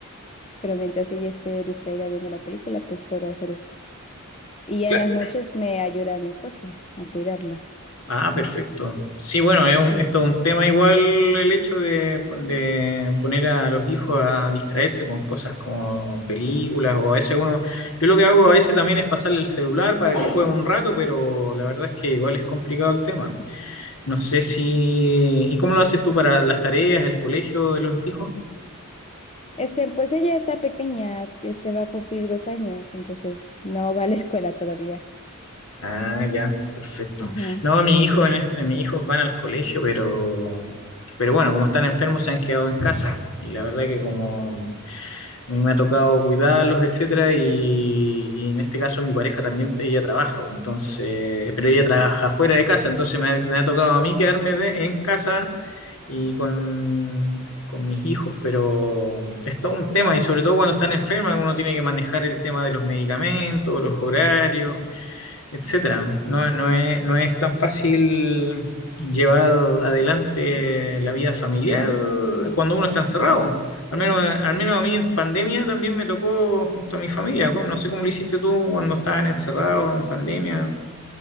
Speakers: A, on the left; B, on the left.
A: Pero mientras ella esté distraída viendo la película, pues puedo hacer esto. Y ya
B: Cla-
A: en las noches me ayuda a mi esposo a cuidarla.
B: Ah, perfecto. Sí, bueno, es
A: Sí.
B: un, esto es un tema igual el hecho de, de poner a los hijos a distraerse con cosas como películas o a veces uno, yo lo que hago a veces también es pasarle el celular para que juegue un rato, pero la verdad es que igual es complicado el tema. No sé si... ¿Y cómo lo haces tú para las tareas, el colegio de los hijos?
A: Este, pues ella está pequeña, este va a cumplir dos años, entonces no va a la <laughs> escuela todavía.
B: Ah, ya, perfecto.
A: Ajá,
B: No, mi
A: sí.
B: hijo, en, es- mis hijos van al colegio, pero, pero bueno, como están enfermos se han quedado en casa. Y la verdad que como a mí me ha tocado cuidarlos, etcétera, y, y en este caso mi pareja también, ella trabaja, pues, entonces, pero ella trabaja fuera de casa, entonces me ha, me ha tocado a mí quedarme de- en casa y con, con mis hijos, pero es todo un tema y sobre todo cuando están enfermas uno tiene que manejar el tema de los medicamentos, los horarios, etcétera. No, no es, no es tan fácil llevar adelante la vida familiar cuando uno está encerrado. Al menos, al menos a mí en pandemia también me tocó junto a mi familia. ¿cómo? No sé cómo lo hiciste tú cuando estaban encerrados en pandemia.